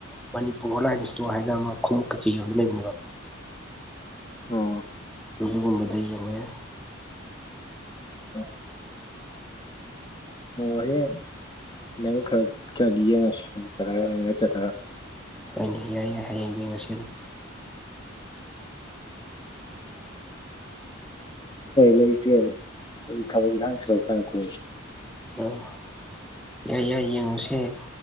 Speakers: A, in the centre; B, on the left.
A: ꯃꯅꯤꯄꯨꯔ ꯑꯣꯟꯂꯥꯏꯟ ꯏꯁꯇꯣꯔ ꯍꯥꯏꯅ ꯑꯃ ꯈꯣꯡꯎꯞ ꯀꯩꯀꯩꯒꯤ ꯌꯣꯟꯕ ꯂꯩꯕꯅꯦꯕ
B: ꯎꯝ
A: ꯑꯗꯨꯒꯨꯝꯕꯗ ꯌꯦꯡꯉꯣꯅꯦ
B: ꯑ <unintelligible> ꯑꯣ ꯍꯌꯦꯡ ꯅꯪ ꯈꯔ ꯈꯔꯗꯤ ꯌꯦꯡꯉꯁꯤ ꯆꯠꯂꯒ ꯅꯪꯒ ꯆꯠꯂꯒ
A: ꯍꯣꯏꯅꯦ ꯌꯥꯏ ꯌꯥꯏ ꯌꯦꯡꯉꯁꯤ ꯑꯗꯨ
B: ꯂꯩꯇꯦꯕ ꯊꯕꯛ ꯏꯪꯈꯥꯡ ꯆꯤꯜ ꯀꯥꯟꯀꯣ
A: ꯑꯝ ꯌꯥꯏ ꯌꯥꯏ ꯌꯦꯡꯉꯨꯁꯦ ꯍꯌꯦꯡ